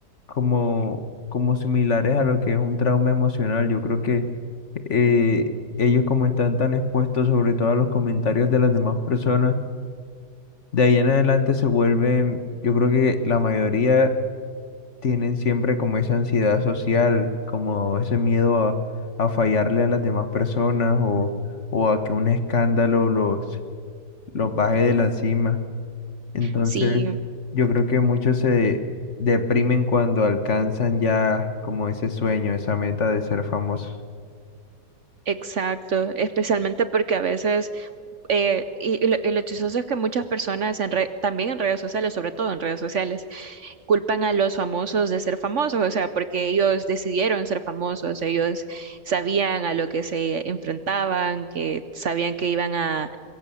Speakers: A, on the left; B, on the right.
A: como, como similares a lo que es un trauma emocional. Yo creo que eh, ellos como están tan expuestos sobre todo a los comentarios de las demás personas, de ahí en adelante se vuelven, yo creo que la mayoría tienen siempre como esa ansiedad social, como ese miedo a, a fallarle a las demás personas o, o a que un escándalo los, los baje de la cima. Entonces,
B: Sí,
A: yo creo que muchos se deprimen cuando alcanzan ya como ese sueño, esa meta de ser famosos.
B: exacto, especialmente porque a veces, eh, y, y lo, y lo chistoso es que muchas personas en re- también en redes sociales, sobre todo en redes sociales, culpan a los famosos de ser famosos, o sea, porque ellos decidieron ser famosos, ellos sabían a lo que se enfrentaban, que sabían que iban a